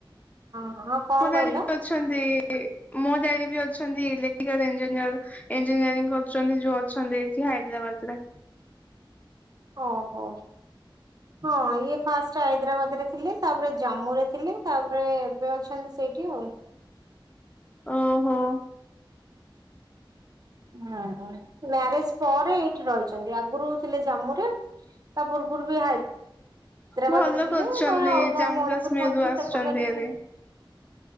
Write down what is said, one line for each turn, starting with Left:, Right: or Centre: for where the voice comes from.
Right: ହଁ କଣ
Left: ଡ ବି
Right: କହିଲ
Left: ଅଛନ୍ତି ମୋ ଡ ବି ଅଛନ୍ତି ଇଲେଟ୍ରାଲ ଇଜିନିୟର ଇଞ୍ଜିନିୟରିଂ କରୁଛନ୍ତି ଯୋଉ ଅଛନ୍ତି ଏଠି ହାଇଦ୍ରାବାଦ ରେ
Right: ଓହୋ ହଁ ଇଏ ଫାଷ୍ଟ ହାଇଦ୍ରାବାଦ ରେ ଥିଲେ ତାପରେ ଜାମ୍ମୁ ରେ ଥିଲେ ତାପରେ ଏବେ ଅଛନ୍ତି ସେଇଠି ଆଉ
Left: ଓହୋ
Right: ହୁଁ ମ୍ୟାରେଜ ପରେ ଏଇଠି ରହିଛନ୍ତି ଆଗରୁ ଥିଲେ ଜାମ୍ମୁ ରେ ତା ବୁର୍ବୁର ବି ହା ହାଇଦ୍ରାବାଦ
Left: ଭଲ
Right: ରେ ଥିଲେ
Left: କରୁଛନ୍ତି
Right: ତାପରେ ଅଲଗା
Left: ଜାମ୍ମୁ
Right: ମଣିପୁର
Left: କାଶ୍ମୀରରୁୁ
Right: ଫଣିପୁର
Left: ଆସୁଛନ୍ତି
Right: ସେପଟେ ସେଇଠି
Left: ହେରି।
Right: ଥିଲା